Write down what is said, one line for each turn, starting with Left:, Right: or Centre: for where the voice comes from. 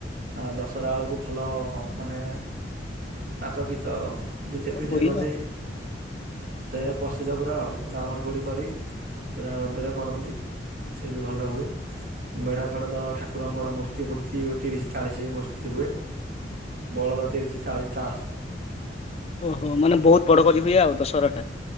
Right: ଆ ଦଶହରା ବେଳକୁ ଭଲ ମାନେ, ନାଚ ଗୀତ ଡିଜେ ଫିଜେ
Left: ହୁଏ
Right: ବଜେଇ
Left: ଆଉ
Right: ସେ ପ୍ରସିଦ୍ଧ ପୁରା ଆଉ ରାବଣ ପୋଡ଼ି କରି ପୁରା ରଡରେ କରନ୍ତି। ସେ ବି ଭଲ ହୁଏ, ମେଢ ଫେଢ ତ ଠାକୁରଙ୍କର ମୂର୍ତ୍ତି ଫୁର୍ତ୍ତି ତିରିଶ ଚାଳିଶ ମୂର୍ତ୍ତି ଥିବେ, ବଳଦ ତିରିଶି ଚାଲିଶି ଟା
Left: ଓହୋ, ମାନେ ବହୁତ ବଡ କରି ହୁଏ ଆଉ ଦଶହରା ଟା।